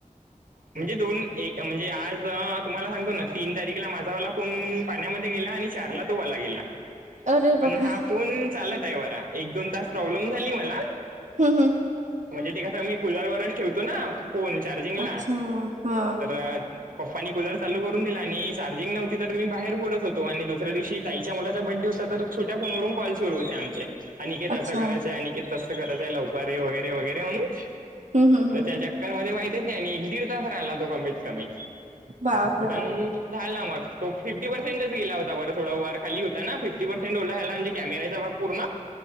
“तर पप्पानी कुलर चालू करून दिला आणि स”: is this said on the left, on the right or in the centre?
Right